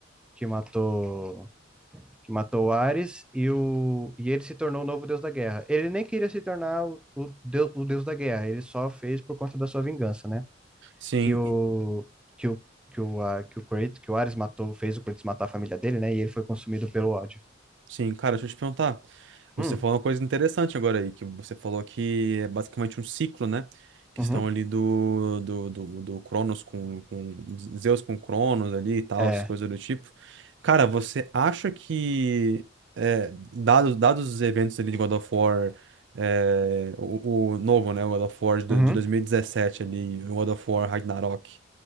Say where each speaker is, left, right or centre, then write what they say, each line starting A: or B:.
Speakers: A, in the centre; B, on the right (about 70°).
A: que matou que matou o Ares, e, o, e ele se tornou o novo deus da guerra. Ele nem queria se tornar o, o, deu- o deus da guerra, ele só fez por conta da sua vingança, né?
B: sim.
A: Que o, que o, que o, a, que o, Kratos, que o Ares matou, fez o Kratos matar a família dele, né? E ele foi consumido pelo ódio.
B: Sim, cara, deixa eu te perguntar. Você
A: Hum,
B: falou uma coisa interessante agora aí, que você falou que é basicamente um ciclo, né? Questão
A: uhum,
B: ali do, do, do, do Cronos com, com Zeus com Cronos ali e tal,
A: é,
B: as coisas do tipo. Cara, você acha que, é, dados, dados os eventos ali de God of War, é, o, o novo, né? O God of War de,
A: uhum,
B: de 2017 ali, o God of War Ragnarok.